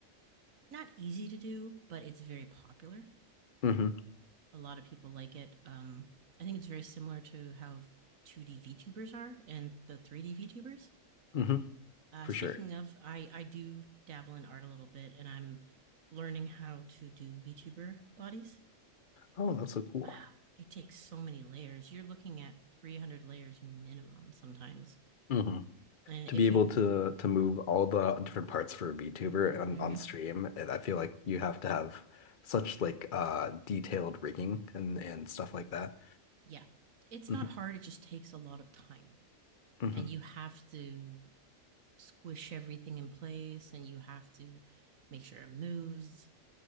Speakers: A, on the right; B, on the left.
A: not easy to do, but it's very popular.
B: hmm
A: A lot of people like it. Um, I think it's very similar to how 2D VTubers are and the 3D VTubers.
B: hmm
A: Uh,
B: For
A: speaking
B: sure.
A: of, I I do dabble in art a little bit, and I'm learning how to do VTuber bodies.
B: Oh, that's so cool.
A: Wow, it takes so many layers. You're looking at 300 layers minimum sometimes.
B: hmm
A: And
B: to
A: if
B: be able
A: you,
B: to to move all the different parts for a VTuber on,
A: Mhm.
B: on stream, and I feel like you have to have such like uh detailed rigging and and stuff like that.
A: yeah, it's
B: hmm
A: not hard. It just takes a lot of time,
B: hmm
A: and you have to squish everything in place, and you have to make sure it moves.